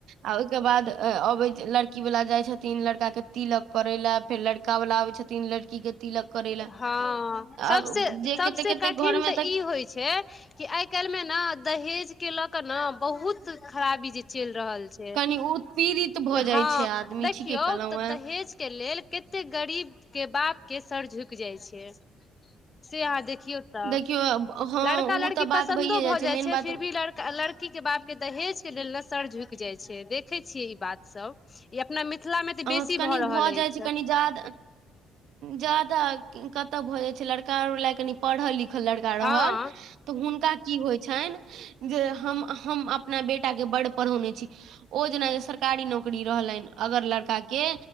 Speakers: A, on the right; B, on the left.
A: आ ओहिके बाद अबे लड़की वाला जाय छथिन लड़का के तिलक पड़े ले फेर लड़का वाला छथिन लड़की के तिलक करै लए
B: हँ सब
A: आब जे
B: सबस
A: कते कते
B: कठिन
A: घर मे
B: तऽ ई होइ छै आय काल मे ना दहेज के लोक ना बहुत खराबी छै जे रहल छै
A: कनि उत्पीड़ित भऽ जाइ
B: हँ
A: छै आदमी
B: देखियौ
A: ठीके कहलहुँ
B: तऽ
A: हेँ
B: दहेज के लेल कतेक गरीब के बाप के सर झुकि जाइ छै से अहाँ देखियौ तऽ
A: देखियौ अब- हँ
B: लड़का
A: ओ
B: लड़की
A: तऽ बात
B: पसन्दो
A: भइए
B: भऽ जाइ
A: मेन
B: छै
A: बात
B: फिर भी लड़का लड़की के बापके दहेज के लेल न सर झुकि जाइ छै देखै छियै ई बात सब ई अपना मि मिथिला मे तऽ
A: अहाँ
B: बेसी
A: कनि
B: भऽ रहल अछि
A: जाइ छै कनि जादा जादा कतअ भय लड़का ओर ले कनी पढ़ल लिखल लड़का रहल
B: हँ
A: तऽ हुनका की होइ छनि जे हम हम अपना बेटाके बड पढ़ौने छी ओ जेना सरकारी नौकरी रहलनि अगर लड़का का के